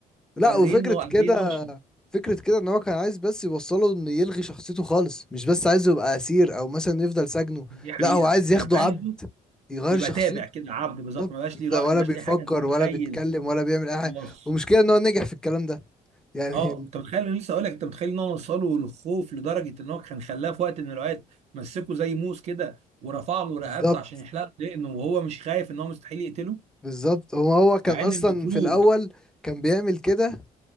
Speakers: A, in the centre; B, on the right.
A: لا
B: قرين
A: وفكرة
B: انه قد
A: كده
B: ايه ناشف
A: فكرة كده ان هو كان عايز بس يوصله انه يلغي شخصيته خالص مش بس عايزه يبقى اسير او مثلا يفضل سجنه
B: دي حقيقه
A: لا هو عايز ياخده
B: كان عايزه
A: عبد يغير
B: يبقى
A: شخصيته
B: تابع كده عبد بالظبط
A: طب
B: ما بقاش ليه
A: ده
B: راي
A: ولا
B: ما بقاش
A: بيفكر
B: ليه حاجه انت متخيل
A: ولا بيتكلم ولا بيعمل اي حاجة
B: وص
A: والمشكلة ان هو نجح في الكلام ده يعني
B: اه انت متخيل أنا لسه اقول لك انت متخيل ان هو وصله للخوف لدرجه ان هو كان خلاه في وقت من الاوقات مسكه زي موس كده ورفع له
A: <laughs> بالظبط
B: رقبته عشان يحلق دقنه وهو مش خايف ان هو مستحيل يقتله
A: بالظبط هو هو كان
B: مع
A: اصلا
B: ان المفروض
A: في الاول كان بيعمل كده